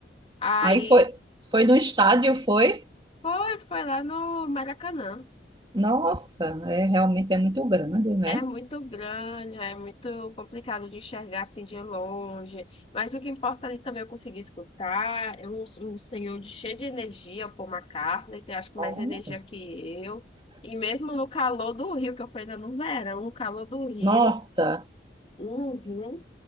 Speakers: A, on the left; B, on the right.
A: Aí
B: Aí foi, foi no estádio, foi?
A: foi, foi lá no Maracanã.
B: Nossa, é realmente é muito grande, né?
A: É muito grande, é muito complicado de enxergar assim de longe. Mas o que importa ali também é eu consegui escutar. É um, um senhor de- cheio de energia, o Paul McCartney, tem acho que
B: Ó,
A: mais energia que eu. E mesmo no calor do Rio, que eu fui ainda no verão, no calor do Rio,
B: Nossa,
A: uhum.